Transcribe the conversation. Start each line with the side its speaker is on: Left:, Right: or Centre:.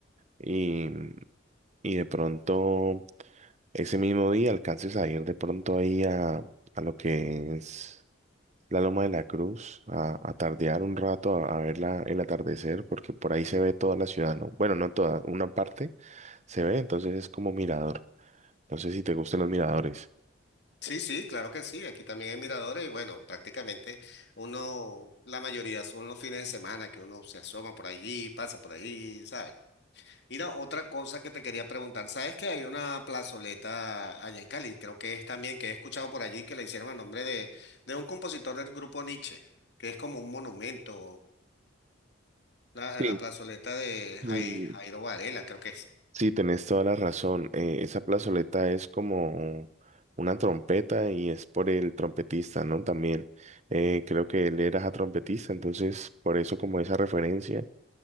Right: y, y de pronto ese mismo día alcances a ir de pronto ahí a, a lo que es la Loma de la Cruz, a, a tardear un rato, a, a ver la, el atardecer, porque por ahí se ve toda la ciudad, ¿no? Bueno, no toda, una parte se ve, entonces es como mirador. No sé si te gustan los miradores.
Left: Sí, sí, claro que sí. Aquí también hay miradores y bueno, prácticamente uno, la mayoría son los fines de semana que uno se asoma por allí, pasa por allí, ¿sabes? Mira, otra cosa que te quería preguntar, ¿sabes que hay una plazoleta allá en Cali? Creo que es también que he escuchado por allí que la hicieron a nombre de, de un compositor del grupo Nietzsche, que es como un monumento, la,
Right: Sí.
Left: la plazoleta de
Right: Mm,
Left: Jai- Jairo Varela, creo que es.
Right: Sí, tenés toda la razón. eh, esa plazoleta es como una trompeta y es por el trompetista, ¿no? También eh, creo que él era trompetista, entonces por eso como esa referencia.